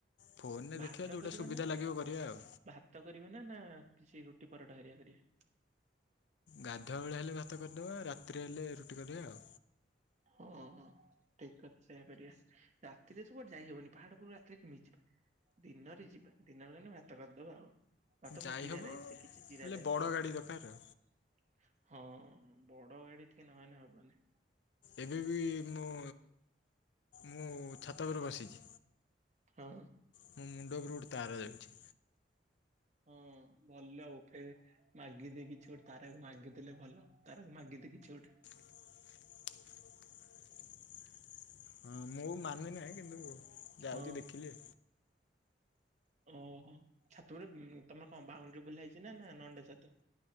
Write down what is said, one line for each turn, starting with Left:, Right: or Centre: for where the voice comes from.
Left: ଫୋନ୍ରେ ଦେଖିବା
Right: ଭାତ
Left: ଯେଉଁଟା
Right: କରିବ
Left: ସୁବିଧା
Right: ନା
Left: ଲାଗିବ କରିବା ଆଉ
Right: ଭାତ କରିବ ନା ନା ନା ରୁଟି ପରଠା ହାରିଆ କରିବା।
Left: ଗାଧୁଆ ବେଳେ ହେଲେ ଭାତ କରିନେବା ରାତିରେ ହେଲେ ରୁଟି କରିନେବା ଆଉ।
Right: ଓହୋଃ। ଠିକ କଥା ସେୟା କରିବା ରାତିରେ ତୁ କୁଆଡେ ଯାଇହବନି ପାହାଡ ପରୁ ରାତିରେ କେମିତି ଯିବା। ଦିନରେ ଯିବା ଦିନ ବେଳେ ହେଲେ ଭାତ କରିଦବା ଆଉ। ହ ତ
Left: ଯାଇ
Right: ମୁଁ ଜିରା
Left: ହେବ
Right: ରାଇସ୍ ଦେଖିଛି ଜିରା
Left: ହେଲେ
Right: ରାଇସ୍
Left: ବଡ଼
Right: କରିଦବା
Left: ଗାଡ଼ି ଦରକାର ଆଉ
Right: ହଁ। ବଡ ଗାଡିି ଟିକି ନହେନେ ହବନି।
Left: ଏବେ ବି ମୁଁ ମୁଁ ଛାତ ଉପରେ ବସିଛି।
Right: ହଁ।
Left: ମୋ ମୁଣ୍ଡ ଉପରେ ଗୋଟେ ତାର ଯାଉଛି।
Right: ହଁ ଭଲ ଆଉ ଫେର ମାଗି ଦେଇ କିଛି ଗୋଟେ ତାରାକୁ ମାଗିଦେଲେ ଭଲ ତାରାକୁ ମାଗି- ଏତି କିଛି ଗୋ।
Left: <unintelligible> ହଁ ମୁଁ ମାନିବି ନାହିଁ କିନ୍ତୁ ଯାଉଛି
Right: ହଁ।
Left: ଦେଖିଲି।
Right: ଓହୋ ଛାତ ଗୋଟେ ତମର କଣ ବାଉଣ୍ଡ୍ରୀ ବୁଲା ହେଇଛି ନା ନା ନଣ୍ଡା ଛାତ।